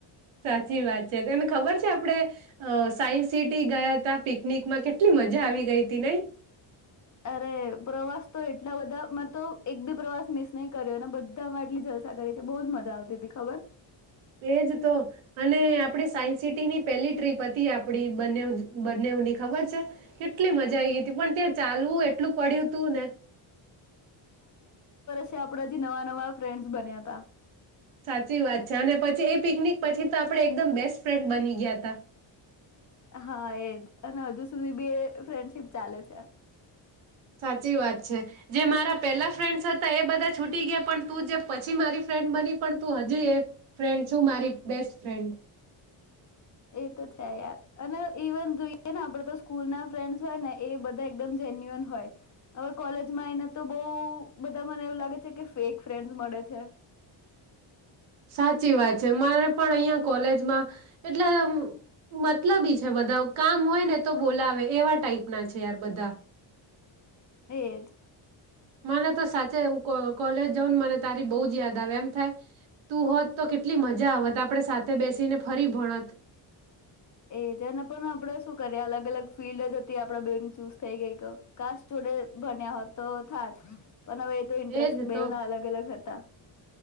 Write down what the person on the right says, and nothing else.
સાચી વાત છે ને તને ખબર છે આપણેે અ સાયન્સ સિટી ગયા તા પિકનિકમાં કેટલી મજા આવી ગઈ હતી નઈ.
એજ તો અને આપડી સાયન્સ સિટીની પેલી ટ્રીપ હતી આપડી બને બી બનેવની ખબર છે કેટલી મજા આવી હતી પણ ત્યાં ચાલવું એ એટલું પડ્યું તું ને.
સાચી વાત છે અને પછી એ પિકનિક પછી તો આપડે એકદમ બેસ્ટ ફ્રેન્ડ બની ગયા હતા.
સાચી વાત છે જે મારા પેલા ફ્રેન્ડસ હતા એ બધા છૂટી ગયા પણ તું જે પછી મારી ફ્રેન્ડ બની પણ તું હજી એ ફ્રેન્ડ છું મારી બેસ્ટ ફ્રેન્ડ.
સાચી વાત છે મારે પણ અહિયાં કોલેજમાં એટલે મતલબ છે બધા કામ હોય ને તો બોલાવે એવા ટાઈપના છે યાર બધા.
મને તો સાચે કોલેજ જઉ ને મને તારી બહુ જ યાદ આવે એમ થાય તું હોત તો કેટલી મજા આવત આપણેે સાથે બેસીને ફરી ભણત.
એજ
તો